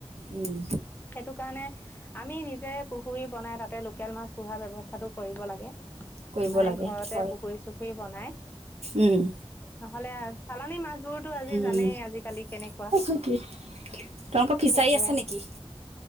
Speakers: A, on the right; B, on the left.
A: উম
B: সেইটো কাৰণে আমি নিজে পুখুৰী বনাই তাতে লোকেল মাছ পোহাৰ ব্যৱস্থা কৰিব লাগে ।
A: কৰিব
B: মানে
A: লাগে
B: ঘৰতে
A: সেইটো হয়
B: পুখুৰী চুখুৰী বনাই
A: উম
B: নহলে চালানী মাছ বোৰতো আজি
A: উম
B: জানেই আজিকালি কেনেকুৱা
A: অ সেইটোৱে তোমালোকৰ ফিচাৰী
B: সেইটোৱে
A: আছে নেকি